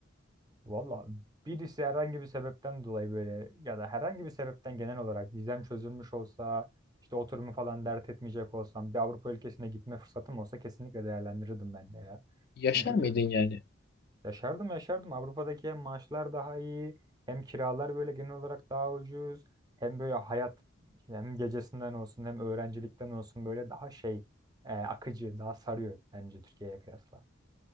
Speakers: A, on the right; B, on the left.
A: Valla birisi herhangi bir sebepten dolayı böyle ya da herhangi bir sebepten genel olarak vizem çözülmüş olsa işte oturumu falan dert etmeyecek olsam bir Avrupa ülkesine gitme fırsatım olsa kesinlikle değerlendirirdim ben de ya.
B: Yaşar
A: Çünkü
B: mıydın
A: biliyorsun
B: yani?
A: yaşardım yaşardım Avrupa'daki hem maaşlar daha iyi hem kiralar böyle genel olarak daha ucuz hem böyle hayat hem gecesinden olsun hem öğrencilikten olsun böyle daha şey e, akıcı daha sarıyor bence Türkiye'ye kıyasla.